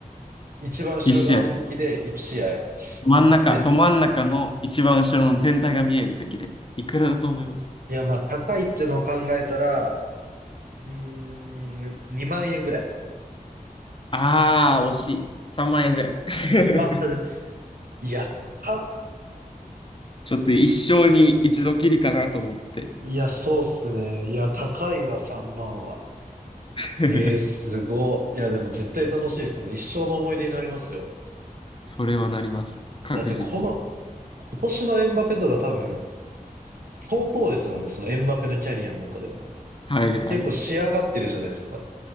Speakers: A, on the right; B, on the left.
A: 一番後ろ側の席で1試合。
B: 一試合。真ん中、
A: で、
B: ど真ん中の一番後ろの全体が見える席で。いくらだと思います
A: いや、まあ、高いってのを考えたら、うーん、2万円ぐらい。
B: ああー、惜しい。3万円ぐらい。<laughs>
A: ああ、いや、高っ。
B: ちょっと一生に一度きりかなと思って。
A: いや、そうっすね。いや、高いわ、3万は。
B: <laughs>
A: えー、すごい。いや、でも絶対楽しいですもん。一生の思い出になりますよ。
B: それはなります。確実に。
A: だって、この、今年のエムバペとか多分、相当ですもんね。そのエムバペのキャリアの中でも。
B: はいはい。
A: 結構仕上がってるじゃないですか。